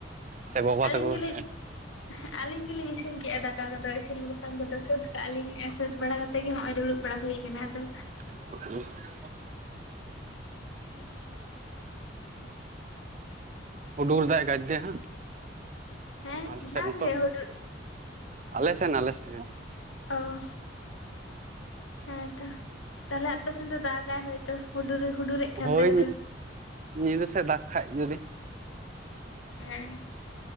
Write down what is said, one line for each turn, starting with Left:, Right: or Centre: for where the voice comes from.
Right: ᱥᱮ ᱜᱚᱵᱟ
Left: ᱟᱹᱞᱤᱧ
Right: ᱛᱟᱠᱩ
Left: ᱜᱮᱞᱤᱧ
Right: ᱥᱮ?
Left: ᱟᱹᱞᱤᱧ ᱜᱮᱞᱤᱧ ᱤᱥᱤᱱ ᱠᱮᱜᱼᱟ ᱫᱟᱠ ᱠᱟ ᱠᱚᱫᱚ ᱤᱥᱤᱱ ᱵᱟᱥᱟᱝ ᱠᱚᱫᱚ ᱥᱟᱹᱛ ᱠᱟᱜᱟ ᱞᱤᱧ ᱮᱸ ᱥᱟᱹᱛ ᱵᱟᱲᱟ ᱠᱟᱛᱮᱫ ᱜᱮ ᱦᱚᱸᱜ ᱚᱭ ᱫᱩᱲᱩᱵ ᱵᱟᱲᱟ ᱦᱩᱭ ᱠᱟᱱᱟ ᱟᱫᱚ᱾
Right: <inaudible>
Left: <inaudible>
Right: ᱦᱩᱰᱩᱨ ᱫᱟᱭ ᱜᱟᱭᱫᱮ ᱦᱟᱜ
Left: ᱦᱮᱸ
Right: ᱟᱞᱮ ᱥᱮᱜ
Left: ᱵᱟᱝᱜᱮ
Right: ᱢᱚᱛᱚ
Left: ᱦᱩᱰᱩᱨ
Right: ᱟᱞᱮᱥᱮᱱ ᱟᱞᱥᱮ
Left: ᱚ ᱦᱮᱸᱛᱚ ᱛᱟᱦᱚᱞᱮ ᱟᱯᱮᱥᱮᱱ ᱫᱚ ᱫᱟᱜᱟᱭ ᱦᱚᱭᱛᱚ ᱦᱩᱰᱩᱨ ᱦᱩᱰᱩᱨᱮᱜ ᱠᱷᱟᱱ
Right: ᱦᱳᱭ
Left: ᱫᱚᱭ ᱦᱩᱰᱩᱨ
Right: ᱧᱤᱫᱟᱹ ᱥᱮᱜ ᱫᱟᱠ ᱠᱷᱟᱡᱽ ᱡᱩᱫᱤ
Left: ᱦᱮᱸ